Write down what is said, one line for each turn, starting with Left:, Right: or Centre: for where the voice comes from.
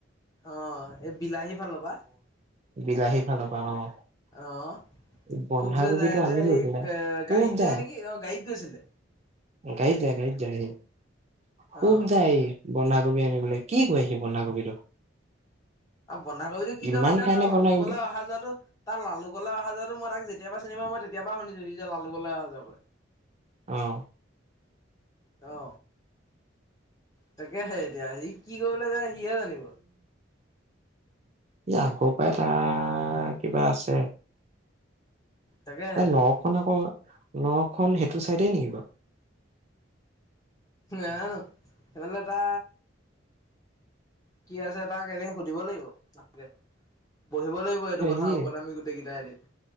Left: অ এই বিলাহী ফালৰ হ'বা।
Right: বিলাহী ফালৰ পৰাওঁ
Left: অ'
Right: অ। বন্ধাকবিটো
Left: খুব যে যায়
Right: আনিলো
Left: যে এই
Right: পা,
Left: গাড়ীত
Right: খুব যায়।
Left: নেকি অ' গাড়ীত গৈছিলে
Right: গড়ীত যাই গড়ীত য আহি, খুব
Left: অ'
Right: যায় আহ বন্ধকবি আনিবলে। কি কৈ সি বন্ধাকবিটো।
Left: বন্ধাকবিতটো কি
Right: ইমান
Left: কয় বা দেউ
Right: খাই
Left: তাৰ
Right: নে
Left: লালু
Right: বন্ধাকবিটো
Left: গলে অহা যোৱাতটো তাৰ, লালু গলে অহা যোৱা মই তাক যেতিয়াৰা চিনে পাও ম। তেতিয়াৰা শুনিছো সি যে লালু গলে অহা যোৱা কৈ।
Right: আহ।
Left: অ, তাকে সেই। এতিয়া সি কি কৰিবলৈ যায় সি হে জানিব।
Right: ই আগৰ পৰাই ত কিবা আছে।
Left: তাকেহে
Right: নখন আকৌ, নখন সেইটো চাইডে নেকি বাৰু।
Left: নাজানো হে ফালে এটা। কি আছে তাক এদিন সুধিব লাগিব ভালকে। বহিব লাগিব এইেইটো কথা
Right: সি
Left: ওপদামী গোটেই কেইটাই এদ।